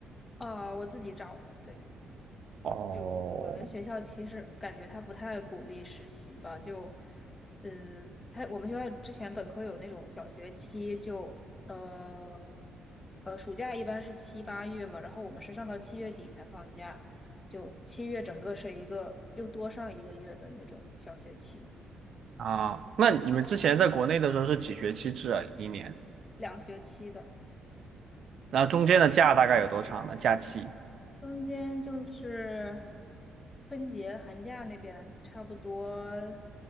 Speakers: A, on the left; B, on the right.
A: 啊、我自己找的，对。
B: 哦，
A: 就我们学校其实感觉他不太鼓励实习吧，就，呃，他我们学校之前本科有那种小学期就，呃，呃，暑假一般是七八月嘛，然后我们是上到七月底才放假，就七月整个是一个又多上一个月的那种小学期，
B: 啊，那你们之前在国内的时候是几学期制啊？一年，
A: 两学期的。
B: 那中间的假大概有多长呢？假期？
A: 中间就是春节、寒假那边，差不多